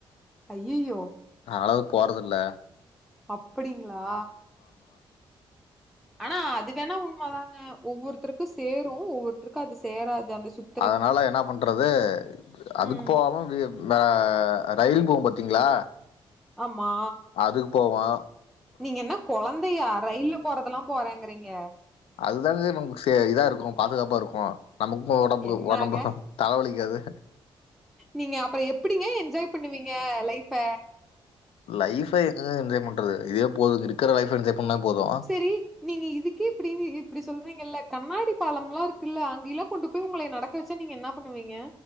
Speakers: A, in the centre; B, on the left (about 85°).
A: ஐய்யயோ
B: அதனால அது போறத இல்ல
A: அப்டிங்களா ஆனா அது வேணா உண்ம தாங்க ஒவ்வொருத்தருக்கும் சேரும் ஒவ்வொருத்தருக்கும் அது சேராது அந்த சுத்
B: அதனால என்ன பண்றது அதுக்கு
A: ம்
B: போகாம வே இந்த ரயில் போம் பாத்தீங்களா
A: ஆமா
B: அதுக்கு போவன்
A: நீங்க என்ன கொழந்தையா ரயில்ல போறதெல்லாம் போறேங்கறீங்க
B: அதுதாங்க நமக் இதா இருக்கும் பாதுகாப்பா இருக்கும் நமக்கும் நம்ம
A: என்னங்க
B: ஒடம்புக்கு தலவலிக்காது
A: நீங்க அப்பறம் எப்டிங்க என்ஜாய் பண்ணுவீங்க லைஃப்ப
B: லைஃப எங்க என்ஜாய் பண்றது இதே போதும் இருக்கிற லைப் என்ஜாய் பண்ணா போதும்
A: செரி நீங்க இதுக்கே இப்டி இப்டி சொல்றீங்கல்ல கண்ணாடி பாலம்ல்லா இருக்குல்ல அங்கல்லாம் கொண்டு போய் உங்கள நடக்க வச்ச நீங்க என்ன பண்ணுவீங்க